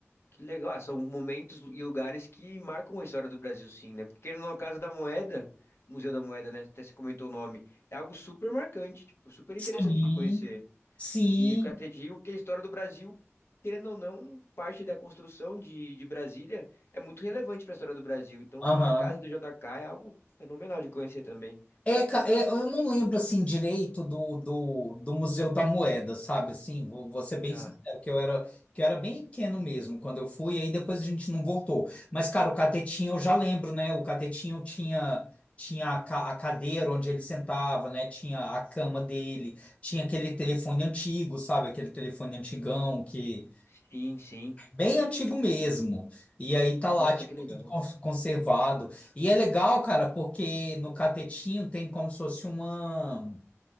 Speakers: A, on the left (about 55°); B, on the left (about 25°).
A: Que legal. Ah, são momentos e lugares que marcam a história do Brasil, sim, né? Porque na Casa da Moeda, Museu da Moeda, né? Até você comentou o nome. É algo super marcante, tipo, super interessante
B: Sim,
A: de conhecer.
B: sim,
A: E o Catedinho, que a história do Brasil, querendo ou não, parte da construção de, de Brasília é muito relevante para a história do Brasil. Então,
B: aham.
A: a casa do JK é algo fenomenal de conhecer também.
B: É, ca- é, eu não lembro assim direito do, do, do Museu da Moeda, sabe? Assim, vou, vou ser bem
A: Tá.
B: sincero, que eu era, que eu era bem pequeno mesmo quando eu fui, aí depois a gente não voltou. Mas, cara, o Catetinha eu já lembro, né? O Catetinha tinha, tinha a, ca- a cadeira onde ele sentava, né? Tinha a cama dele, tinha aquele telefone antigo, sabe? Aquele telefone antigão que,
A: Sim, sim.
B: Bem antigo mesmo. E aí tá lá,
A: Nossa,
B: tipo,
A: que legal.
B: tudo con- conservado. E é legal, cara, porque no catetinho tem como se fosse uma,